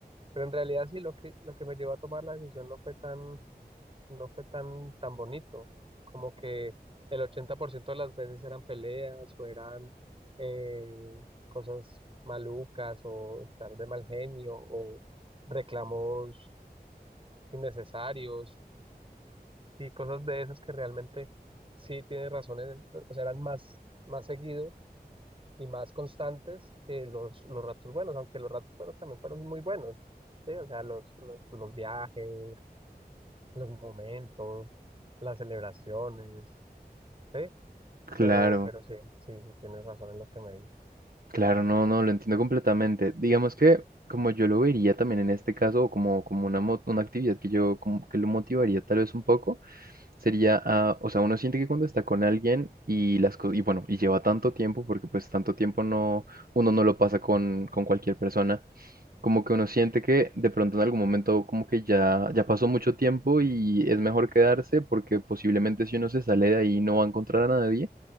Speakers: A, on the right (about 35°); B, on the right (about 65°).
A: Pero en realidad sí, lo que, lo que me llevó a tomar la decisión no fue tan no fue tan, tan bonito. Como que el 80% de las veces eran peleas o eran eh, cosas malucas o estar de mal genio o reclamos innecesarios y cosas de esas que realmente sí tienen razones, o sea, eran más, más seguidos y más constantes que los, los ratos buenos, aunque los ratos buenos también fueron muy buenos. Sí, o sea, los, los, los viajes, los momentos, las celebraciones, Sí,
B: Claro.
A: pero, pero sí, sí, sí, tienes razón en lo que me dices.
B: Claro, no, no, lo entiendo completamente. Digamos que como yo lo vería también en este caso, o como, como una, mo- una actividad que yo como que lo motivaría tal vez un poco, sería, ah, o sea, uno siente que cuando está con alguien y las cosas, y bueno, y lleva tanto tiempo, porque pues tanto tiempo no, uno no lo pasa con, con cualquier persona, como que uno siente que de pronto en algún momento como que ya, ya pasó mucho tiempo y es mejor quedarse porque posiblemente si uno se sale de ahí no va a encontrar a nadie,